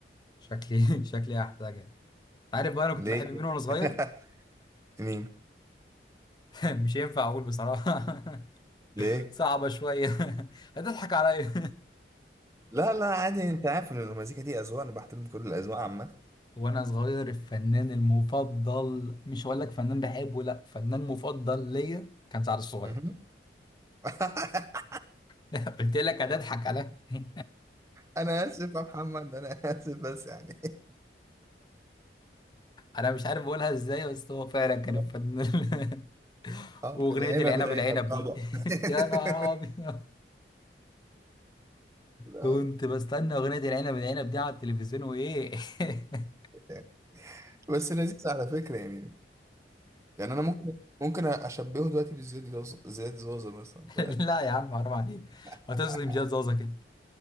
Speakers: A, on the left (about 25°); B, on the right (about 15°).
A: شكلي <laughs> شكلي هحتاجها انت عارف بقى انا كنت
B: ليه
A: بحب مين
B: كده؟
A: وانا صغير
B: <laughs> مين؟
A: <laughs> مش ينفع اقول بصراحه <laughs>
B: ليه؟
A: صعبه شويه <laughs> هتضحك عليا
B: لا لا عادي أنت عارف إن المزيكا دي أذواق أنا بحترم كل الأذواق عامة
A: <laughs> وانا صغير الفنان المفضل مش هقول لك فنان بحبه لا فنان مفضل ليا كان سعد الصغير
B: مهم. <laughs>
A: <laughs> قلت لك هتضحك عليا <laughs>
B: أنا آسف يا محمد أنا آسف بس يعني <laughs>
A: انا مش عارف اقولها ازاي بس هو فعلا كان
B: اه
A: الفنان <laughs>
B: آه،
A: واغنيه
B: العنب
A: العنب
B: العنب
A: العنب دي
B: طبعا <laughs>
A: <laughs> يا نهار ابيض
B: لا،
A: كنت بستنى اغنيه العنب العنب دي على التلفزيون وايه <laughs>
B: لا. بس لذيذ على فكرة يعني يعني انا ممكن ممكن اشبهه دلوقتي بزياد زوزة زياد زوزة مثلا ف...
A: لا يا عم حرام عليك
B: <laughs>
A: هتظلم جهاز زازا كده